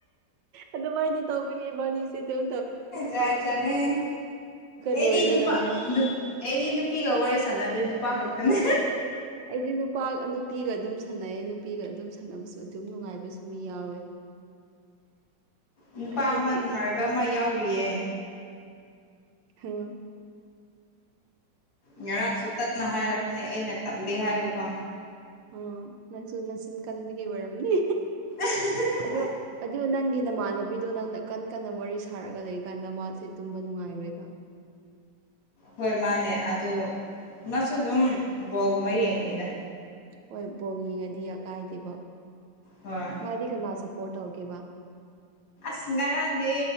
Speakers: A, on the right; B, on the left.
A: ꯑꯗꯨꯃꯥꯏꯅ ꯇꯧꯕꯒꯤ ꯏꯕꯥꯅꯤꯁꯦ ꯊꯧ
B: ꯌꯥꯥ ꯆꯅꯦꯦ
A: ꯂꯣꯏꯔꯒꯅꯦ
B: ꯑꯦꯗꯤ ꯅꯨꯄꯥ ꯅꯨ ꯑꯩꯗꯤ ꯅꯨꯄꯤꯒ ꯋꯥꯔꯤ ꯁꯥꯟꯅꯗꯦ ꯅꯨꯄꯥ ꯈꯛꯇꯅꯦ
A: ꯑꯩꯗꯤ ꯅꯨꯄꯥ ꯅꯨꯄꯤꯒ ꯑꯗꯨꯝ ꯁꯥꯟꯅꯩ ꯅꯨꯄꯤꯒ ꯑꯗꯨꯝ ꯁꯥꯟꯅꯕꯁꯨ ꯑꯗꯨꯝ ꯅꯨꯡꯉꯥꯏꯕꯁꯨ ꯃꯤ ꯌꯥꯎꯋꯦ <inaudible>
B: ꯅꯨꯄꯥ
A: ꯍꯥꯏꯗꯤ
B: ꯑꯃ ꯅꯨꯡꯉꯥꯏꯕ
A: ꯎꯝ
B: ꯑꯃ ꯌꯥꯎꯔꯤꯌꯦ
A: ꯍꯦꯡ
B: ꯉꯔꯥꯡꯁꯨ ꯇꯠꯅ ꯍꯥꯏꯔꯛꯅꯦ ꯑꯩꯅ ꯇꯠꯂꯤ ꯍꯥꯏꯕꯀꯣ
A: ꯑꯣ ꯅꯛꯁꯨ ꯅꯆꯤꯟ ꯀꯟꯕꯒꯤ ꯑꯣꯏꯔꯝꯅꯤ
B: ꯍꯦꯟꯅꯥ
A: ꯑꯗꯣ ꯑꯗꯨ ꯅꯪꯒꯤ ꯅꯃꯥꯟꯅꯕꯤꯗꯣ ꯅꯪꯅ ꯀꯟ ꯀꯟꯅ ꯋꯥꯔꯤ ꯁꯥꯔꯒ ꯂꯩꯀꯥꯟꯗ ꯃꯥꯁꯦ ꯇꯨꯝꯕ ꯅꯨꯡꯉꯥꯏꯔꯣꯏꯕ
B: ꯍꯣꯏ ꯃꯥꯅꯦ ꯑꯗꯨ ꯃꯥꯁꯨ ꯑꯗꯨꯝ ꯕꯣꯜꯒꯨꯝꯕ ꯌꯦꯡꯕꯅꯤꯗ
A: ꯍꯣꯏ ꯕꯣꯜ ꯌꯦꯡꯉꯗꯤ ꯀꯥꯏꯗꯦꯕꯣ
B: ꯍꯣꯏ
A: ꯃꯥꯗꯤ ꯀꯅꯥ ꯁꯞꯄꯣꯔꯠ ꯇꯧꯒꯦꯕ
B: ꯑ ꯉꯔꯥꯡꯗꯤ